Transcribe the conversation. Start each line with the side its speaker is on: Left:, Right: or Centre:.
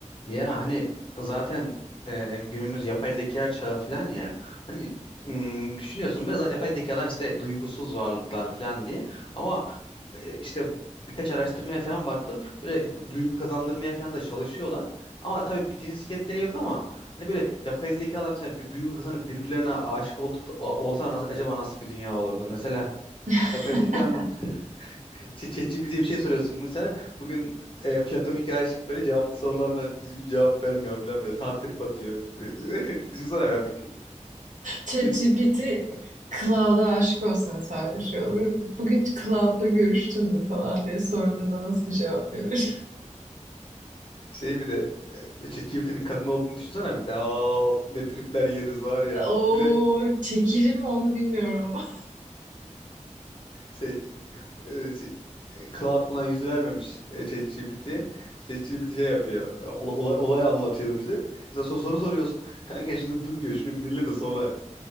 Left: Ya hani zaten e, günümüz yapay zeka çağı falan ya. Hani mm, düşünüyorsun böyle yapay zekalar işte duygusuz varlıklar falan diye. Ama e, işte birkaç araştırmaya falan baktım. Böyle duygu kazandırmaya falan da çalışıyorlar. Ama tabii bir cinsiyetleri yok ama hani böyle yapay zekalar mesela bir duygu kazanıp birbirlerine aşık olduk o- olsa nasıl, acaba nasıl bir dünya olurdu? Mesela
Right: <laughs>
Left: yapay zekanın Ç- ChatGPT'ye bir şey soruyorsun mesela. Bugün e, platonik aşık böyle cevaplı sorularına düzgün cevap vermiyor falan böyle. Tantrip atıyor. <laughs> Düşünsene ya bir,
Right: ChatGPT
Left: bir
Right: Cloud'a aşık olsan sen bir şey olur mu? Bugün Cloud'la görüştün mü falan diye sorduğunda nasıl bir cevap verir?
Left: şey bir de e, ChatGPT'nin kadın olduğunu düşünsene bir de. Aa, Of ne tripler yeriz var ya.
Right: <laughs> Oo,
Left: Bir de
Right: çekilir mi onu bilmiyorum ama.
Left: şey, e, şey e, Cloud buna yüz vermemiş e, ChatGPT. ChatGPT şey yapıyor. e, ola- Olay, olay anlatıyor bize. Mesela sor- soru soruyorsun. Kanka şunu dur diyor. Şunu bir dinle de sonra